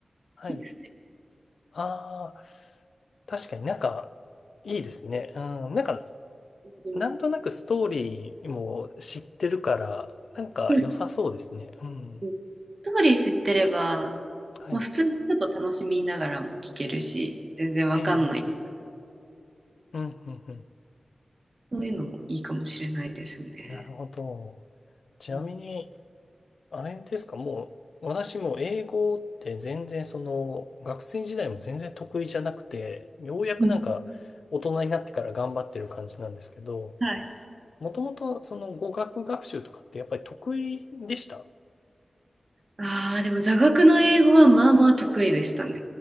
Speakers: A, on the left; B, on the right.
A: はい。
B: キングですね。
A: ああ、確かになんか、いいですね。うん。なんか、
B: うん
A: なんとなくストーリーも知ってるから、なんか良さそうですね。
B: そうそう
A: うん。
B: そう。ストーリー知ってれば、
A: はい。
B: まあ、普通にちょっと楽しみながらも聞けるし、全然わかんない。
A: ええ。うん、うん、うん。
B: そういうのもいいかもしれないですよね。
A: なるほど。ちなみに、
B: うん
A: あれですか、もう、私も英語って全然その、学生時代も全然得意じゃなくて、ようやくなんか大人になってから頑張ってる感じなんですけど、
B: うんはい。
A: もともとその語学学習とかってやっぱり得意でした
B: ああ、でも座学の英語はまあまあ得意でしたね。